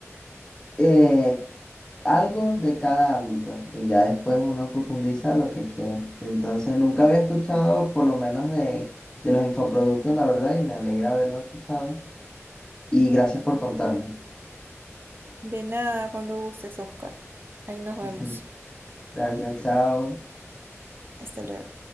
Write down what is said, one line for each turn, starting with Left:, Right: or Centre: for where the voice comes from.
Left: eh, algo de cada ámbito y ya después uno profundiza lo que quiere. Entonces, nunca había escuchado por lo menos de, de los infoproductos, la verdad, y me alegra haberlo escuchado. Y gracias por contarme.
Right: De nada, cuando gustes, Oscar. Ahí nos
Left: <laughs>
Right: vemos.
Left: Ujú. Gracias, chao.
Right: Hasta luego.